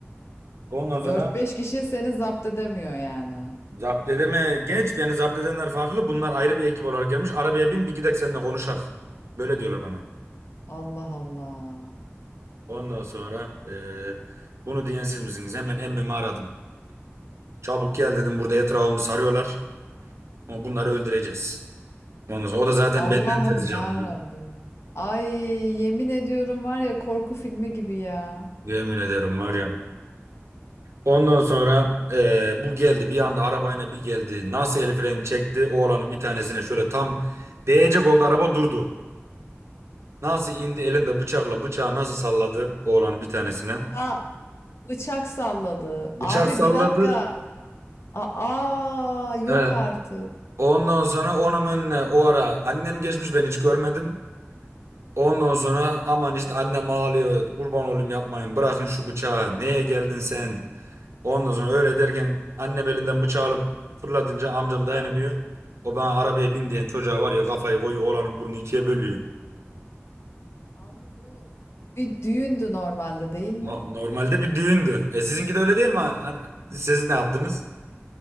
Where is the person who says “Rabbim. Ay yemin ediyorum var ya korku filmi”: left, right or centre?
Left